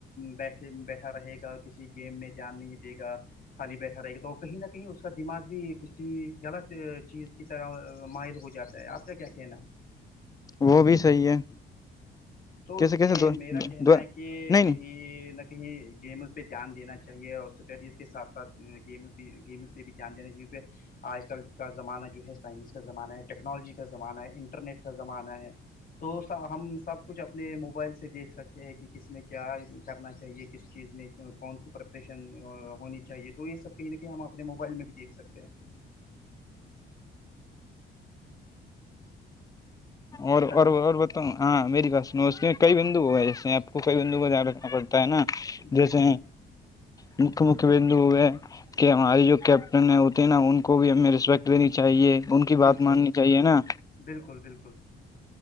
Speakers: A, on the left; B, on the left.
A: بیٹھے بیٹھا رہے گا کسی گیم میں دھیان نہیں دے گا خالی بیٹھا رہے گا تو کہیں نہ کہیں اس کا دماغ بھی کسی غلط چیز کی طرح مائل ہو جاتا ہے آپ کا کیا کہنا ہے
B: وہ بھی صحیح ہے
A: تو
B: کیسے
A: اس
B: کیسے
A: لیے
B: دو
A: میرا کہنا
B: نہیں
A: ہے کہ کہیں
B: نہیں
A: نہ کہیں گیمس پہ دھیان دین چاہیے اور اسٹڈیز کے سھ ساتھ گمز بھی گیمز پہ بھی دھیان دینا چاہیہ آج کل کا زمانہ جو ہے سائنس زمانہ ہے ٹیکنالوجی کا زمانہ ہے انٹرنیٹ کا زمانہ ہے تو ہم سب کچھ اپنے موبائل سے دیکھ سکتے ہیں کہ کس میں کیا کرنا چاہیے کس چیز میں کون سی پریپریشن ہونی چاہیے تو یہ سب کہیں نہ کہیں ہم اپنے موبائل میں بھی دیکھ سکتے ہیں
B: اور
A: ہلو
B: ب <inaudible> تو ہاں میری باس اس میں کئی بندو ہو ہے جیسے آپ کو کئی بندو کا دھیان رکھنا پڑتا ہے نا
A: جی
B: جیسے
A: جی جی
B: مکہ مکھی بندو ہو گئے <inaudible> کہ ہمارے جو کیپٹن ہے ہوتے نا ان کو بھی ہمیں رسپیکٹ دینی چاہیے ان کی بات
A: بالکل
B: ماننی چاہیے نا
A: بالکل بالکل